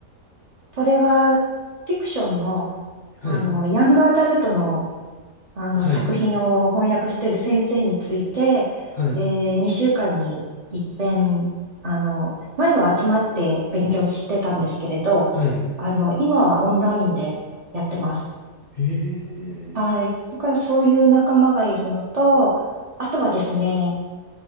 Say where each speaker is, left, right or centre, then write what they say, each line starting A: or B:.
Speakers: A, on the right; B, on the left.
A: それはフィクションの、
B: はい、
A: あの、ヤングアダルトのあの、
B: はい、
A: 作品を翻訳している先生について、
B: はい、
A: えー、2週間に一遍、あの、前は集まって勉強してたんですけれど、
B: はい。
A: あの、今はオンラインでやってます。
B: ええ
A: はい。だからそういう仲間がいるのと、あとはですね、